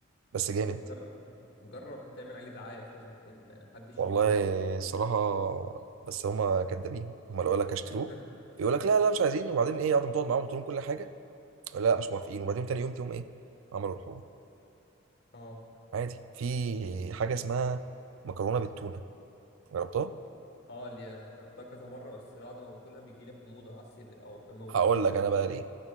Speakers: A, on the right (about 85°); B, on the left (about 55°).
A: بس جامد
B: طب ما تجرب جرب تعمل عليه دعاية كده يمكن حد يشتري
A: والله
B: منك
A: الصراحه بس هما كدابين هما لو قال لك هشتروه
B: <laughs>
A: يقول لك لا لا مش عايزين وبعدين ايه قعدت تقعد معاهم وتقول لهم كل حاجه لا مش موافقين وبعدين تاني يوم تقوم ايه عملوا الحوار
B: اه
A: عادي في حاجه اسمها مكرونه بالتونه جربتها
B: اه اللي جربتها كذا مرة بس بعد ما باكلها بيجي لي حموضة على الصدر او حمو
A: هقول
B: كده
A: لك انا بقى ليه